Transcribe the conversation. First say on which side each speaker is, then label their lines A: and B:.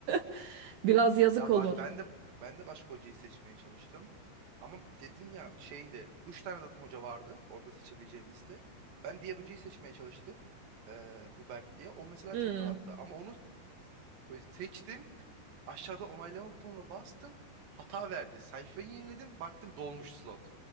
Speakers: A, on the right; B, on the right.
A: <laughs> Biraz yazık
B: Ya
A: olur.
B: baş, ben de ben de başka hocayı seçmeye çalıştım. Ama dedim ya şeydi. Üç tane zaten hoca vardı orada seçebileceğim liste. Ben diğer hocayı seçmeye çalıştım. eee, Hubert diye. O mesela
A: Hmm.
B: çok rahattı. Ama onu s- böyle seçtim. Aşağıda onaylama butonuna bastım. Hata verdi. Sayfayı yeniledim. Baktım dolmuş slot.